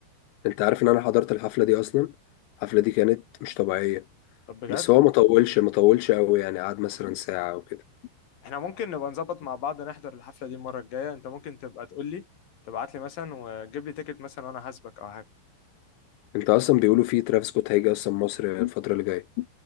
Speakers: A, on the left; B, on the left.
A: انت عارف ان انا حضرت الحفلة دي اصلا الحفلة دي كانت مش طبيعية
B: طب بجد
A: بس هو ما طولش ما طولش قوي يعني قعد مثلا ساعة او كده
B: احنا ممكن نبقى نظبط مع بعض نحضر الحفلة دي المرة الجاية انت ممكن تبقى تقول لي تبعت لي مثلا وجيب لي تيكت مثلا وانا هسبك او حاجة
A: انت اصلا بيقولوا فيه ترافيس سكوت هيجي اصلا مصر الفترة اللي جاية